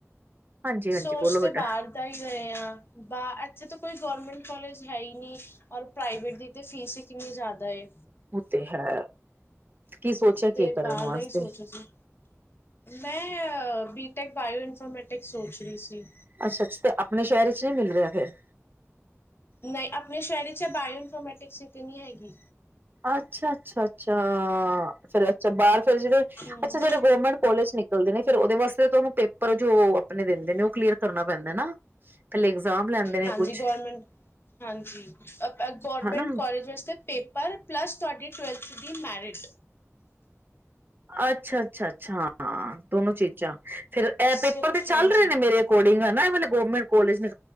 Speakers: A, on the right (about 40°); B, on the left (about 50°).
A: ਹਾਂਜੀ
B: ਸੋਚ
A: ਹਾਂਜੀ ਬੋਲੋ
B: ਤੇ
A: ਬੇਟਾ
B: ਬਾਹਰ ਦਾ ਹੀ ਰਹੇ ਆਂ ਬਾ ਇੱਥੇ ਤਾਂ ਕੋਈ ਗੌਰਮੈਂਂਟ ਕੋਲਜ ਹੈ ਹੀ ਨੀ ਔਰ ਪ੍ਰਾਈਵੇਟ ਦੀ ਤੇ ਫੀਸ ਹੀ ਕਿੰਨੀ ਜ਼ਿਆਦਾ ਏ
A: ਉਹ ਤੇ ਹੈ ਕੀ ਸੋਚਿਆ
B: ਤੇ
A: ਕੀ ਕਰਨ
B: ਬਾਹਰ
A: ਵਾਸਤੇ
B: ਦਾ ਹੀ ਸੋਚਿਆ ਸੀ, ਮੈਂ-ਅ-ਅ ਬੀ ਟੇਕ ਬਾਇਓ ਇਨਫੋਰਮੈਟਿਕਸ ਸੋਚ ਰਹੀ ਸੀ
A: ਅੱਛਾ-ਅੱਛਾ ਤੇ ਆਪਣੇ ਸ਼ਹਿਰ ਵਿੱਚ ਨਹੀਂ ਮਿਲ ਰਿਹਾ ਫਿਰ
B: ਨਹੀਂ ਆਪਣੇ ਸ਼ਹਿਰ ਚ ਬਾਇਓ ਇਨਫੋਰਮੈਟਿਕਸ ਨਹੀਂ ਹੈਗੀ
A: ਅੱਛਾ-ਅੱਛਾ-ਅੱਛਾ ਹਾਂ ਫੇਰ ਅੱਛਾ ਬਾਹਰ ਜਿਹੜੇ
B: ਹੂੰ,
A: ਅਛਾ ਜਿਹੜੇ ਗੌਰਮੈਂਟ ਕੋਲਜ ਨੇ ਚਲੋ ਫਿਰ ਉਹਦੇ ਵਾਸਤੇ ਤੁਹਾਨੂੰ ਪੇਪਰ ਜੋ ਆਪਣੇ ਦਿੰਦੇ ਨੇ ਉਹ ਕਲੀਅਰ ਕਰਨਾ ਪੈਂਦਾ ਨਾ ਇਗਜ਼ਾਮ ਲੈਂਦੇ ਨੇ
B: ਹਾਂਜੀ
A: ਕੁਛ
B: ਗੌਰਮੈਂਟ ਹਾਂਜੀ ਅ-ਅ ਗੌਰਮੈਂਟ
A: ਹਨਾ
B: ਕਾਲਜ ਵਾਸਤੇ ਪੇਪਰ ਪਲੱਸ ਤੁਹਾਡੀ ਟਵੈਲਥ ਦੀ ਮੈਰਿਟ
A: ਅੱਛਾ-ਅੱਛਾ-ਅੱਛਾ ਹਾਂ ਦੋਨੋ ਚੀਜ਼ਾਂ ਫਿਰ ਇਹ
B: ਸਿਰਫ
A: ਪੇਪਰ ਤੇ ਚੱਲ
B: ਹਾਂਜੀ,
A: ਰਹੇ ਨੇ ਮੇਰੇ ਅਕੋਰਡਿੰਗ ਮੈ ਹੁਣ ਗੌਰਰਮੈਂਟ ਕੋਲੇਜ ਨੇ